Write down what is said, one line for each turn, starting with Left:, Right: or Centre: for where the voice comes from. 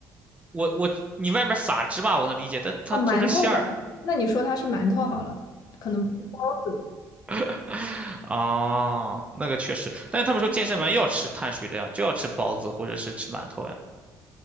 Right: 我我你外面撒芝麻我能理解，但它做成馅儿，
Left: 啊，馒头吧，那你说它是馒头好了，可能不是包子，
Right: <laughs> 啊，那个确实，但是他们说健身完要吃碳水的呀，就要吃包子或者是吃馒头呀，